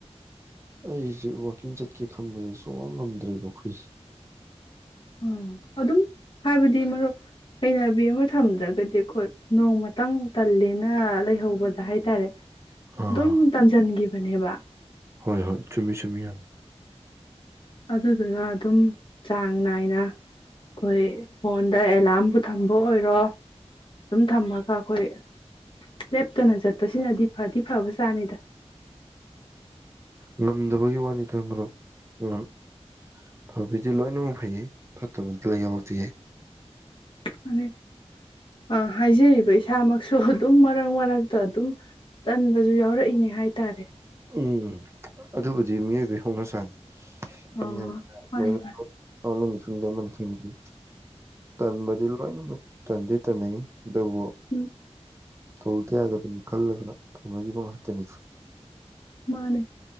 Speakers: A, on the right; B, on the left.
A: ꯑꯩꯁꯦ ꯋꯥꯛꯀꯤꯡ ꯆꯠꯀꯦ ꯈꯟꯕꯁꯦ ꯁꯨꯡꯉꯝ ꯉꯝꯗ꯭ꯔꯦꯕ ꯑꯩꯈꯣꯏꯁꯦ
B: ꯎꯝ ꯑꯗꯨꯝ ꯍꯥꯏꯕꯗꯤ ꯃꯔꯨꯞ ꯍꯩꯅꯕꯤ ꯑꯃ ꯊꯝꯗ꯭ꯔꯒꯗꯤ ꯑꯩꯈꯣꯏ ꯅꯣꯡꯃꯇꯪ ꯇꯜꯂꯦꯅ ꯂꯩꯍꯧꯕꯗ ꯍꯥꯏꯇꯥꯔꯦ
A: ꯑꯥ
B: ꯗꯨꯝ ꯇꯟꯖꯟꯒꯤ ꯃꯅꯦꯕ
A: ꯍꯣꯏ ꯍꯣꯏ ꯆꯨꯃꯤ ꯆꯨꯃꯤ ꯌꯥꯝ
B: ꯑꯗꯨꯗꯨꯅ ꯑꯗꯨꯝ ꯆꯥꯡ ꯅꯥꯏꯅ ꯑꯩꯈꯣꯏ ꯐꯣꯟꯗ ꯑꯦꯂꯥꯝꯕꯨ ꯊꯝꯕ ꯑꯣꯏꯔꯣ ꯑꯗꯨꯝ ꯊꯝꯃꯒ ꯑꯩꯈꯣꯏ ꯂꯦꯞꯇꯅ ꯆꯠꯄꯁꯤꯅꯗꯤ ꯐꯗꯤ ꯐꯕꯖꯥꯠꯅꯤꯗ
A: ꯉꯝꯗꯕꯒꯤ ꯋꯥꯅꯤꯗ ꯃꯔꯨꯞ ꯑꯝ ꯐꯕꯗꯤ ꯂꯣꯏꯅꯃꯛ ꯐꯩꯌꯦ ꯐꯠꯇꯕ ꯑꯝꯇ ꯌꯥꯎꯗꯦ
B: ꯃꯥꯅꯦ ꯑꯥ ꯍꯥꯏꯖꯔꯤꯕ ꯏꯁꯥꯃꯛꯁꯨ ꯑꯗꯨꯝ ꯃꯔꯛ ꯃꯔꯛꯇ ꯑꯗꯨꯝ ꯇꯟꯕꯁꯨ ꯌꯥꯎꯔꯛꯏꯅꯦ ꯍꯥꯏ ꯇꯥꯔꯦ
A: ꯎꯝ ꯑꯗꯨꯕꯨꯗꯤ ꯃꯤꯑꯣꯏꯕꯩ ꯍꯧꯅꯁꯥꯅꯤ
B: ꯑ
A: ꯌꯦꯟꯕꯅꯦ
B: ꯍꯣꯏ ꯍꯣꯏ
A: <unintelligible> ꯑꯃꯅꯤ ꯈꯪꯗꯦ ꯑꯃꯅꯤ ꯈꯪꯗꯦ ꯇꯟꯕꯗꯤ ꯂꯣꯢꯅꯃꯛ ꯇꯟꯗꯤ ꯇꯟꯅꯩ ꯗꯨꯕꯨ
B: ꯎꯝ
A: ꯇꯧꯗ ꯌꯥꯗꯕꯅꯤ ꯈꯜꯂꯒꯅ ꯇꯧꯅꯈꯤꯕ ꯉꯥꯛꯇꯅꯤꯗ
B: ꯃꯥꯅꯦ